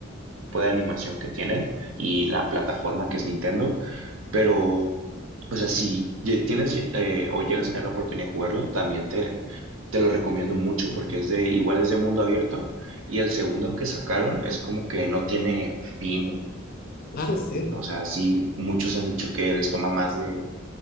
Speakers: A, on the right; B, on the left.
A: tipo de animación que tienen y la plataforma que es Nintendo, pero, o sea, si lle- tienes eh, o llegas a tener la oportunidad de jugarlo, también te, te lo recomiendo mucho
B: Ujú.
A: porque es de, igual es de mundo abierto y el segundo que sacaron es como que no tiene fin,
B: Ah, ¿en serio?
A: o sea, sí, muchos han dicho que les toma más de,